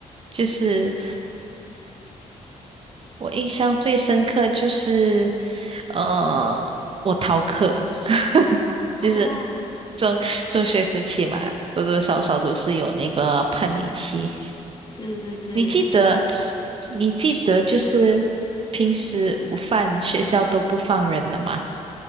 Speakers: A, on the right; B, on the left.
A: 就是我印象最深刻就是呃我逃课，<laughs>
B: 哦，
A: 就是中中学时期嘛，多多少少都是有那个叛逆期。
B: 对对对，
A: 你记得你记得就是平时午饭学校都不放人的吗？